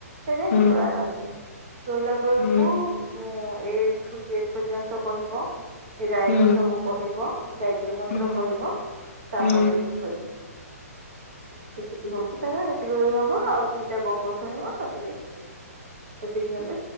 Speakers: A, on the right (about 40°); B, on the left (about 45°).
A: ସୋଇବ
B: ହୁଁ
A: ଆରାମ ସେେ ଶୋଇଲା ବେଳକୁ
B: ହୁଁ
A: ଏ ଠୁ ଜେଡ୍ ପର୍ଯ୍ୟନ୍ତ କହିବ। ରାଇମସ୍
B: ହୁଁ
A: ସବୁ କହିବ ଗାୟତ୍ରୀ ମନ୍ତ୍ର
B: ହୁଁ ହୁଁ
A: କହିବ ତାପରେ
B: ହୁଁ ହୁଁ ହୁଁ ହୁଁ ହୁଁ
A: ସେଇଠି ଏତିକି ହଉଛି ତାର ଏତିକି ହବ ଆଉ ଦିଟା ଗପ ଶୁଣିବ ହେ ସେତିକି ହେଲେ